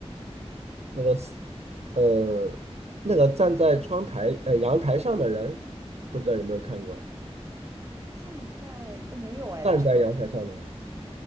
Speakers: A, on the right (about 75°); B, on the right (about 25°).
A: 那个是呃那个站在窗台呃阳台上的人，不知道有没有看过？
B: 正在，哎，没有哎，
A: 站在阳台上的人。
B: 他是，